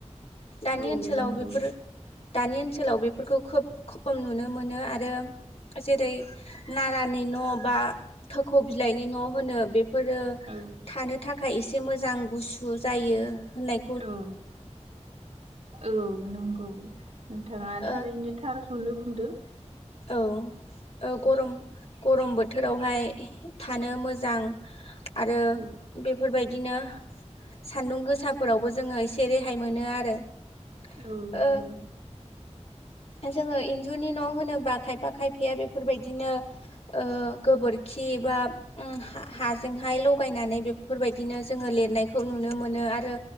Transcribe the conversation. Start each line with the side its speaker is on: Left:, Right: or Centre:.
Left: दानि
Right: औ
Left: ओनसोलाव
Right: नंगौ
Left: बेफोर दानि ओनसोलाव बेफोरखौ खोब खम नुनो मोनो आरो। जेरै नारानि न' बा थोखौ बिलाइनि न' होनो बेफोरो
Right: औ।
Left: थानो थाखाय एसे मोजां गुसु जायो होननाय।
Right: औ औ नंगौ नोंथाङा थारैनो
Left: ओ
Right: थार खौनो बुंदो।
Left: औ औ गरम गरम बोथोरावहाय थानो मोजां आरो।
Right: औ
Left: बेफोरबायदिनो सान्दुं गोसाफोरावबो जोङो एसे रेहाय मोनो आरो।
Right: औ
Left: ओ
Right: नंगौ।
Left: जोङो इन्जुरनि न' होनोबा खायफा खायफाया बेफोर बायदिनो ओ गोबोरखि बा ओ हा हाजोंहाय लगायनानै बेफोरबायदिनो जोङो लिरनायखौ नुनो मोनो आरो।